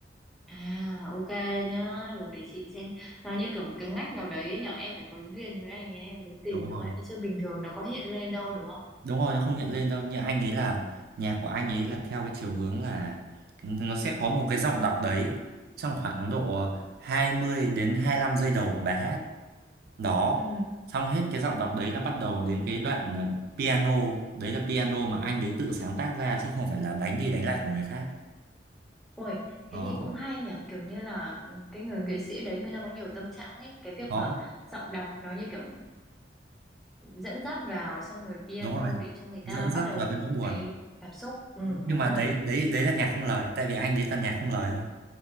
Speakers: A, in the centre; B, on the right.
A: À, ok nhá, được để chị xem. Nó như kiểu một cái ngách nào đấy ấy nhở, em phải có duyên với anh ấy em mới
B: đúng
A: tìm
B: rồi
A: được ấy, chứ bình thường nó có hiện lên đâu đúng không?
B: đúng rồi nó không hiện lên đâu như anh ấy là nhạc của anh ấy là theo cái chiều hướng là nó sẽ có một cái giọng đọc đấy trong khoảng độ 20 đến hai lăm giây đầu của bài hát đó
A: Ừ.
B: xong hết cái giọng đọc đấy là bắt đầu đến cái đoạn là piano đấy là piano mà anh đấy tự sáng tác ra chứ không phải là đánh đi đánh lại của người khác
A: Ôi,
B: đó
A: thế thì cũng hay nhở, kiểu như là cái người nghệ sĩ đấy người ta có nhiều tâm trạng ấy, cái việc
B: đó
A: mà giọng đọc nó như kiểu dẫn dắt vào xong rồi piano
B: đúng rồi
A: để cho người
B: dẫn
A: ta bắt
B: dắt
A: đầu
B: vào cái nỗi buồn
A: cái cảm xúc ừ
B: nhưng
A: đúng
B: mà
A: rồi
B: đấy đấy đấy là nhạc không lời tại vì anh đấy là nhạc không lời thôi